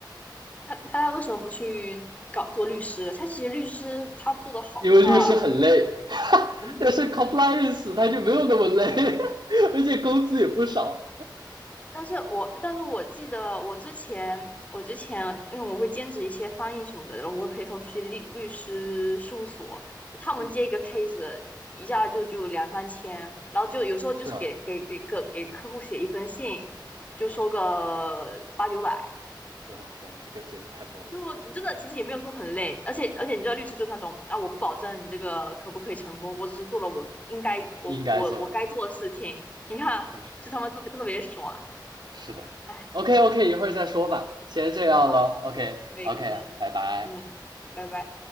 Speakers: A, on the left; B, on the right.
A: 他他他为什么不去搞做律师？他其实律师他做的好的话，
B: 因为律师很累，<laughs>
A: <laughs>
B: 但是 compliance 他就没有那么累，<laughs> 而且工资也不少，
A: 但是我但是我记得我之前我之前因为我会兼职一些翻译什么的，然后我会陪同去律律师事务所，他们接一个
B: 嗯，
A: case 一下就就两三千，然后就有时候就是给给给客给客户写一封信，
B: 是啊。
A: 就收个八九百。
B: 我天，这个真太暴力了
A: 就你真的其实也没有说很累，而且而且你知道律师就是那种啊，我不保证你这个可不可以成功，我只是做了我应该我我我该做的事情。
B: 应该做，
A: 你看，
B: 确实
A: 就他妈都特别爽，
B: 是的。
A: 哎，
B: OK OK，一会儿再说吧，先这样了。
A: 嗯，好的好的，
B: OK
A: 可以可以，
B: OK，啊拜拜。
A: 嗯，拜拜。